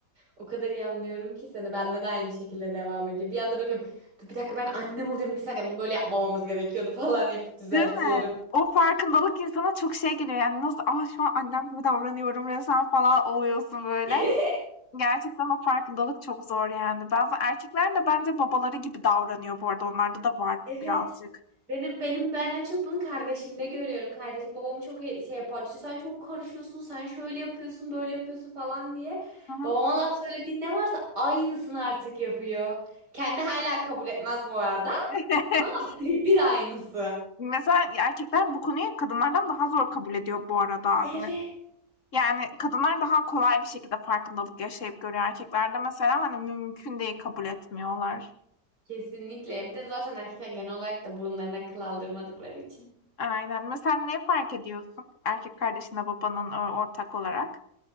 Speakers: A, on the right (about 65°); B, on the left (about 45°).
A: O kadar iyi anlıyorum ki seni. Bende de aynı şekilde devam ediyor. Bir anda böyle yapıyorum, Dur bir dakika ben annem oluyorum. Bir saniye bunu böyle yapmamamız gerekiyordu <laughs> falan yapıp düzeltiyorum.
B: Değil mi? O farkındalık insana çok şey geliyor yani nasıl, ah şu an annem gibi davranıyorum resmen." falan oluyorsun böyle.
A: <laughs>
B: Gerçekten o farkındalık çok zor yani. Bazı erkekler de bence babaları gibi davranıyor bu arada. Onlarda da var
A: Evet.
B: birazcık.
A: Benim benim ben en çok bunu kardeşimde görüyorum. Kardeşim babamı çok e- şey yapardı. İşte sen çok karışıyorsun, sen şöyle yapıyorsun, böyle yapıyorsun falan diye.
B: Hı hı.
A: Babama laf söylediğin ne varsa aynısını artık yapıyor. Kendi hala kabul etmez bu arada
B: <laughs>
A: ama birebir aynısı.
B: Mesela erkekler bu konuyu kadınlardan daha zor kabul ediyor bu arada.
A: Evet.
B: Yani kadınlar daha kolay bir şekilde farkındalık yaşayıp görüyor. Erkeklerde mesela hani mümkün değil kabul etmiyorlar.
A: Kesinlikle. Bir de zaten erkekler genel olarak da burunlarından kıl aldırmadıkları için.
B: Aynen. Mesela ne fark ediyorsun? Erkek kardeşinle babanın ö- ortak olarak.